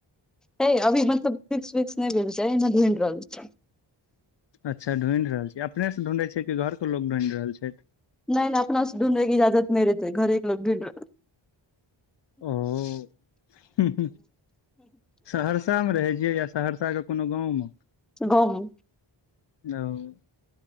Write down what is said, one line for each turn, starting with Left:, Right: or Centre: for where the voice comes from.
Centre: है अभी मतलब फिक्स विक्स नहि भेल छैंय एहिना घुम रहल छैय। <unintelligible>
Left: अच्छा ढूँढि रहल छी अपने सँ ढूढैय छी की घरके लोग ढूढ रहल छैय।
Centre: नैं नैं अपना ढूढैय के इजाजत नैय देतैय घरेक लोग ढूॅंढि रहल।
Left: ओ हु हु सहस। <unintelligible> सहरसा में रहे छियैं या सहरसा के कोनो गाँंव में।
Centre: <unintelligible>
Left: <unintelligible>